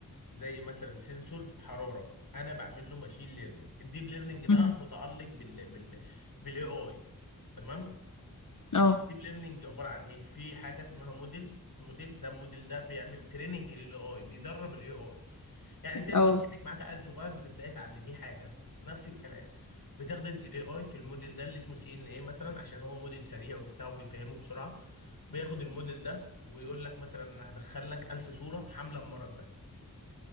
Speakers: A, on the left; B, on the left.
A: زي مثلا سنسور حراره انا بعمل له ماشين ليرنينج الديب ليرنينج ده
B: مم.
A: متعلق بال بال بالاي اي تمام الديب
B: اه
A: ليرنينج عباره عن ايه في حاجه اسمها موديل موديل ده الموديل ده بيعمل تريننج للاي اي بيدرب الاي اي يعني زي ما
B: اه
A: كنت معاك عيل صغير بتبداي تعلميه حاجه نفس الكلام بتاخدي انت الاي اي في الموديل ده اللي اسمه سي ان اي مثلا عشان هو موديل سريع وبتاع وبيفهمه بسرعه بياخد الموديل ده ويقول لك مثلا انا هدخل لك 1000 صوره حامله المرض ده